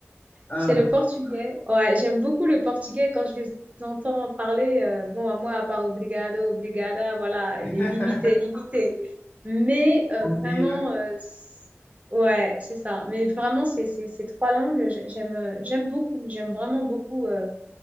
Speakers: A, on the left (about 35°); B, on the right (about 30°).
A: Ah,
B: C'est le portugais. Ouais, j'aime beaucoup le portugais quand je les entends parler. euh, bon, à moi, à part obrigado, obrigada, voilà,
A: <laughs>
B: il est limité, limité. Mais euh,
A: on dit,
B: vraiment,
A: hein.
B: euh, c- ouais, c'est ça. Mais vraiment, c'est, c'est- ces trois langues, j- j'aime, euh, j'aime beaucoup. J'aime vraiment beaucoup euh,